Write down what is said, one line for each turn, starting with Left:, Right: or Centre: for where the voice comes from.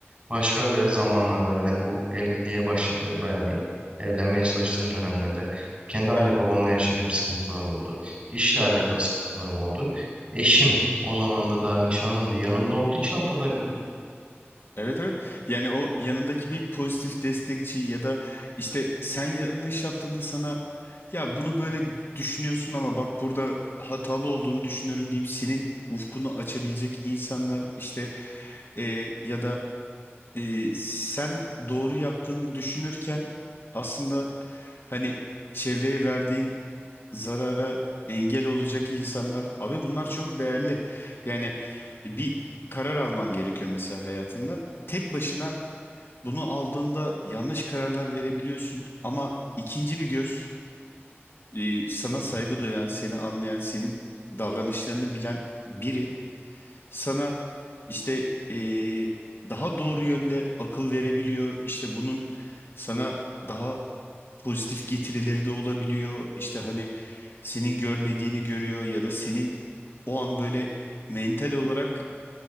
Right: başka e, zamanlarda yani bu evliliğe başladı yani evlenmeye çalıştığım dönemlerde kendi anne
Left: evet.
Right: babamla yaşadığım sıkıntılar oldu. İşle alakalı sıkıntılarım oldu. Eşim o zaman da daha nişanlımdı yanımda olduğu için atlatabildim.
Left: Evet evet. Yani o yanındaki bir pozitif destekçi ya da işte sen yanlış yaptığında sana ya bunu böyle düşünüyorsun ama bak burada hatalı olduğunu düşünüyorum deyip senin ufkunu açabilecek insanlar işte e, ya da e, sen doğru yaptığını düşünürken aslında hani çevreye verdiğin zarara engel olacak insanlar. Abi bunlar çok değerli. Yani bir karar alman gerekiyor mesela hayatında. Tek başına bunu aldığında yanlış kararlar verebiliyorsun ama ikinci bir göz e, sana saygı duyan, seni anlayan, senin davranışlarını bilen biri sana işte e, daha doğru yönde akıl verebiliyor. İşte bunun sana daha pozitif getirileri de olabiliyor. İşte hani senin görmediğini görüyor ya da senin o an böyle mental olarak